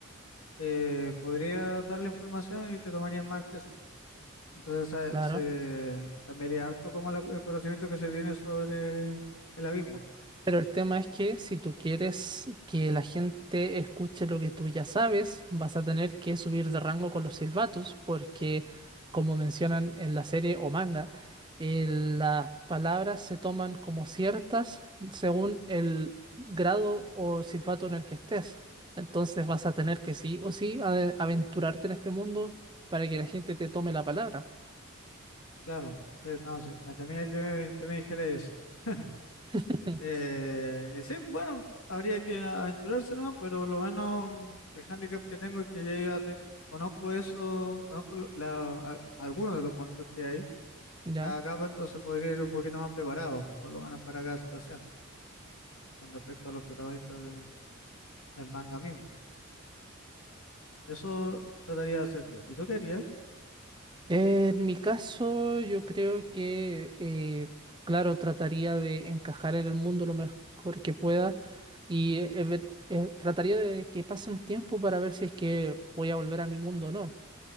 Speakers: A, on the left; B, on the right.
A: eh, podría darle información y te tomarían mal peso. Entonces
B: claro.
A: se, se cambiaría harto como la- el conocimiento que se tiene sobre el abismo.
B: Pero el tema es que si tú quieres que la gente escuche lo que tú ya sabes, vas a tener que subir de rango con los silbatos, porque como mencionan en la serie o manga, eh, las palabras se toman como ciertas según el grado o silbato en el que estés. Entonces vas a tener que sí o sí a- aventurarte en este mundo para que la gente te tome la palabra.
A: Claro, sí, no, sí, me temía que, que me dijera eso. <laughs>
B: <laughs>
A: Eh, y sí, bueno, habría que aventurarse, ¿no? Pero lo menos mm, el handicap que tengo es que yo ya te- conozco eso, conozco lo- la- a- algunos de los monstruos que hay
B: ¿Ya?
A: en cada capa, entonces podría ir un poquito más preparado, por lo menos para cada situación, con respecto a los protagonistas del, del manga mismo. Eso trataría de hacer yo. ¿Y tú qué harías?
B: En mi caso, yo creo que, eh, claro, trataría de encajar en el mundo lo mejor que pueda y eh, ver- eh, trataría de que pase un tiempo para ver si es que voy a volver a mi mundo o no.